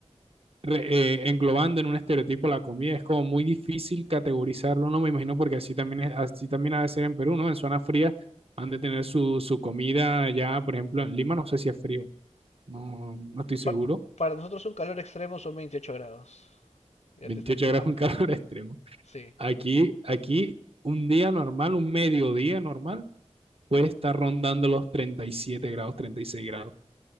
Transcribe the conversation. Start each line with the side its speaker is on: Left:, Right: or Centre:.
Right: re- eh, englobando en un estereotipo la comida, es como muy difícil categorizarlo, no me imagino, porque así también, es- así también ha de ser en Perú, ¿no? En zona fría han de tener su, su comida ya, por ejemplo, en Lima no sé si es frío, no, no estoy seguro.
Left: pa- para nosotros un calor extremo son 28 grados. Ya
Right: 28
Left: te estás quemando.
Right: grados en calor <laughs> extremo.
Left: Sí.
Right: Aquí, aquí, un día normal, un mediodía normal, puede estar rondando los 37 grados, 36 grados,